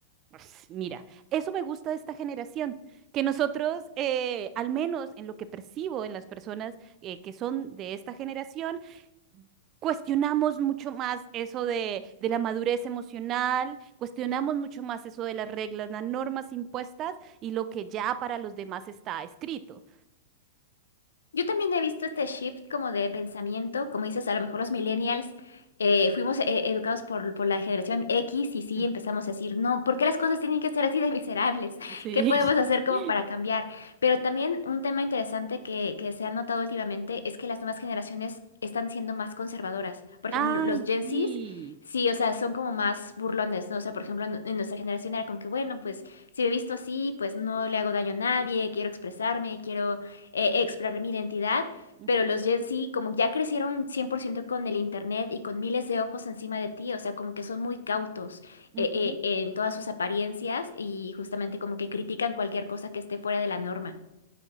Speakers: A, on the right; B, on the left.
A: pues, mira, eso me gusta de esta generación, que nosotros, eh, al menos en lo que percibo en las personas eh, que son de esta generación, Cuestionamos mucho más eso de, de la madurez emocional, cuestionamos mucho más eso de las reglas, las normas impuestas y lo que ya para los demás está escrito.
B: Yo también he visto este shift como de pensamiento, como dices, a lo mejor los millennials eh,
A: Mm,
B: fuimos eh, educados por, por la generación X y sí
A: Ujú.
B: empezamos a decir, no, ¿por qué las cosas tienen que ser así de miserables? <laughs>
A: Sí.
B: ¿Qué podemos hacer
A: <laughs>
B: como para cambiar? Pero también un tema interesante que, que se ha notado últimamente es que las nuevas generaciones están siendo más conservadoras. Por
A: Ay,
B: ejemplo, lo- los Gen
A: sí.
B: Zs, sí, o sea, son como más burlones, ¿no? O sea, por ejemplo, en en nuestra generación era como que, bueno, pues si me he visto así, pues no le hago daño a nadie, quiero expresarme, quiero eh, explorar mi identidad,
A: Ujú,
B: pero los Gen Z como ya crecieron 100% con el internet y con miles de ojos encima de ti, o sea, como que son muy cautos
A: ujú.
B: eh, eh, en todas sus apariencias y justamente como que critican cualquier cosa que esté fuera de la norma.